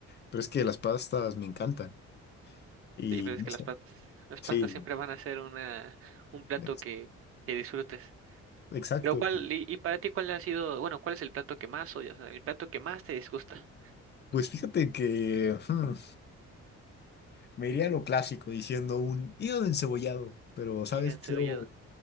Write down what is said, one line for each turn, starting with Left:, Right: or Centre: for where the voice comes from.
Left: pero es que las pastas me encantan y
Right: sí, pues es
Left: no
Right: que
Left: sé,
Right: las pastas, las
Left: sí,
Right: pastas siempre van a ser una, un plato
Left: ex-
Right: que, que disfrutes.
Left: exacto.
Right: Pero cuál, y, y para ti, ¿cuál ha sido, bueno, cuál es el plato que más odias, el plato que más te disgusta?
Left: Pues fíjate que <laughs> Me iría a lo clásico diciendo un hígado encebollado, pero, ¿sabes?
Right: Y encebollado.
Left: Quiero